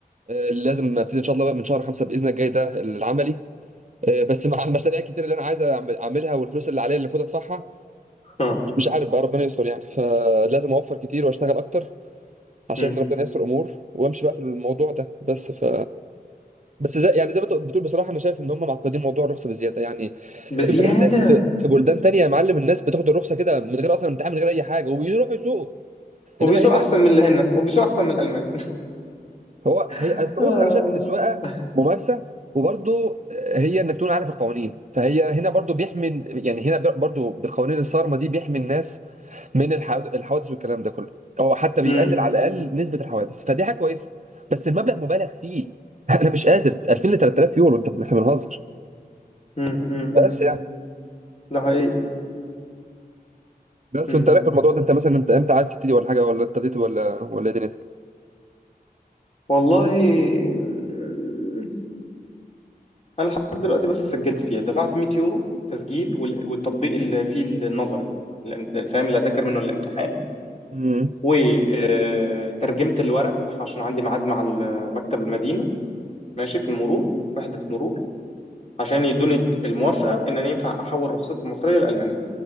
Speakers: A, on the right; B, on the left.
A: آه، لازم ابتدي ان شاء الله بقى من شهر خمسه باذن الله الجاي ده العملي آه، بس مع المشاريع الكتير اللي انا عايز أعمل- اعملها والفلوس اللي عليا اللي المفروض ادفعها
B: ها
A: مش عارف بقى ربنا يستر يعني فلازم اوفر كتير واشتغل اكتر عشان
B: مم.
A: ربنا يستر امور وامشي بقى في الموضوع ده بس ف بس زي يعني زي ما انت بتقول بصراحه انا شايف ان هم معقدين موضوع الرخصه بزياده يعني
B: بزيادة
A: بجد في في بلدان تانية يا معلم الناس بتاخد الرخصه كده من غير اصلا امتحان من غير اي حاجه وبيروحوا يسوقوا
B: وبيسوق
A: انما هنا
B: أحسن من اللي هنا وبيسوق أحسن من الألمان
A: هو هي
B: <laughs>
A: اصل
B: آه.
A: بص انا شايف ان السواقه ممارسه وبرضه هي انك تكون عارف القوانين فهي هنا برضه بيحمي يعني هنا برضه بالقوانين الصارمه دي بيحمي الناس من الحواد- الحوادث والكلام ده كله او حتى بيقلل
B: مم.
A: على الاقل نسبه الحوادث فدي حاجه كويسه بس المبلغ مبالغ فيه <laughs> انا مش قادر 2000 ل 3000 يورو انت احنا بنهزر
B: مم. مم. مم.
A: بس يعني
B: ده حقيقي
A: بس
B: مم.
A: وانت رايك في الموضوع ده انت مثلا انت امتى عايز تبتدي ولا حاجه ولا ابتديت ولا ولا ايه دنيتك
B: والله مم. أنا لحد دلوقتي بس سجلت فيها دفعت 100 يورو تسجيل وال- والتطبيق اللي فيه النظري الام- فاهم اللي أذاكر منه الامتحان
A: امم
B: وترجمت الورق عشان عندي ميعاد مع ال- مكتب المدينة ماشي في المرور وحدة المرور عشان يدوني الموافقة إن أنا ينفع أحول رخصتي المصرية لألمانية